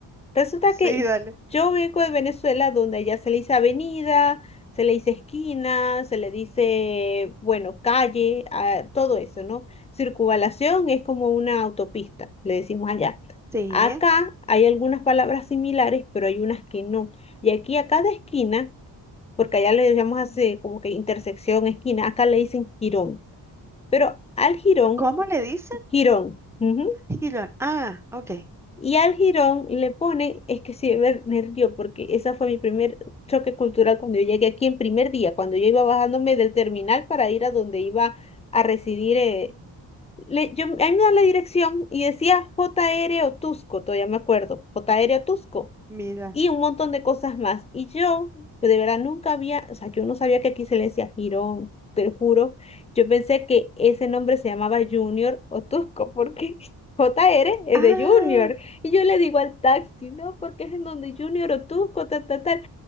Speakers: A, on the left; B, in the centre.
A: Resulta
B: Sí,
A: que
B: dale.
A: yo vengo de Venezuela, donde allá se le dice avenida, se le dice esquina, se le dice, bueno, calle, ah, todo eso, ¿no? Circunvalación es como una autopista, le decimos allá.
B: Sí.
A: Acá hay algunas palabras similares, pero hay unas que no. Y aquí a cada esquina, porque allá le llamamos así como que intersección, esquina, acá le dicen jirón. Pero al jirón,
B: ¿Cómo le dicen?
A: jirón. ujú,
B: Gilón. Ah, ok.
A: Y al jirón le ponen, es que sí, ver, nervio, porque esa fue mi primer choque cultural cuando yo llegué aquí en primer día, cuando yo iba bajándome del terminal para ir a donde iba a residir. eh, le- yo, a mí me da la dirección y decía J R Otusco, todavía me acuerdo, J R Otusco
B: Mira.
A: y un montón de cosas más. Y yo, de verdad, nunca había, o sea, yo no sabía que aquí se le decía Girón, te lo juro. Yo pensé que ese nombre se llamaba Junior o Tusco, porque <laughs> J R es
B: Ah,
A: de Junior. Y yo le digo al taxi, no, porque es en donde Junior o Tusco, tal, tal, tal.